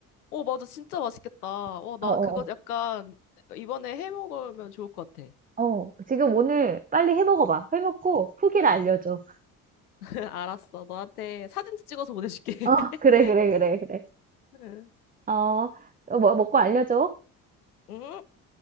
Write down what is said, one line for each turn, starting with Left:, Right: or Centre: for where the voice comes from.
Left: 어, 맞아. 진짜 맛있겠다. 어, 나
Right: 어, 어,
Left: 그거 약간 이번에 해 먹으면 좋을 것 같아.
Right: 어. 어, 지금 오늘 빨리 해 먹어봐. 해 먹고 후기를 알려줘.
Left: <laughs> 알았어. 너한테 사진도 찍어서 보내줄게. <laughs>
Right: 어, 그래, 그래, 그래, 그래.
Left: 응.
Right: 어, 어, 뭐, 먹고 알려줘.
Left: 응?